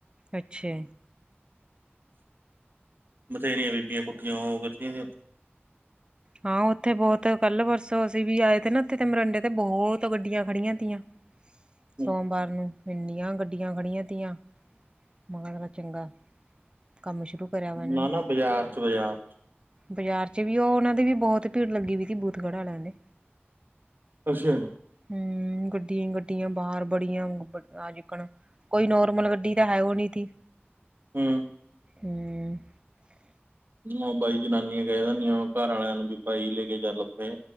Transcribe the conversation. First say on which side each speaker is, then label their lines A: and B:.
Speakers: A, on the right (about 25°); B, on the right (about 50°).
A: ਅੱਛਾ।
B: ਬਥੇਰੀਆਂ ਬੀਬੀਆਂ ਪੁੱਠੀਆਂ ਹੋ ਕਰਦੀਆਂ ਦੀਆਂ
A: ਹਾਂ ਉੱਥੇ ਬਹੁਤ ਕੱਲ੍ਹ ਪਰਸੋਂ ਅਸੀਂ ਵੀ ਆਏ ਤੇ ਨਾ ਉੱਥੇ ਤੇ ਮਰਿੰਡੇ ਤੇ ਬਹੁਤ ਗੱਡੀਆਂ ਖੜੀਆਂ ਦੀਆਂ।
B: <inaudible>
A: ਸੋਮਵਾਰ ਨੂੰ। ਇਨੀਆਂ ਗੱਡੀਆਂ ਖੜੀਆਂ ਤੀਆਂ, ਮੈਂਗਾ ਚੰਗਾ ਕੰਮ ਸ਼ੁਰੂ ਕਰਿਆ ਵਾ ਇਹਨਾਂ
B: ਨਾ
A: ਨੇ
B: ਨਾ ਬਜ਼ਾਰ ਚ ਬਾਜ਼ਾਰ ਚ
A: ਬਾਜ਼ਾਰ ਚ ਵੀ ਉਹ ਉਹਨਾਂ ਦੀ ਵੀ ਬਹੁਤ ਭੀੜ ਲੱਗੀ ਵੀਈ ਸੀ ਬੂਥਗੜ੍ਹਾ ਲਿਆਂ ਦੇ।
B: ਅੱਛਾ।
A: ਹਂ, ਗੱਡੀ ਗੱਡੀਆਂ ਬਾਹਰ ਬੜੀਆਂ ਆਜਿਕਣ ਕੋਈ ਨੋਰਮਲ ਗੱਡੀ ਤਾਂ ਹੈ ਉਹ ਨੀ ਥੀ।
B: ਹੂੰ
A: ਹੂੰ
B: ਓ ਬਾਈ ਜਨਾਨੀਆਂ ਕਹਿ ਦਿੰਦੀਆਂ ਘਰ ਆਲਿਆਂ ਨੂੰ ਵੀ ਭਾਈ ਲੈ ਕੇ ਚੱਲ। ਤੇ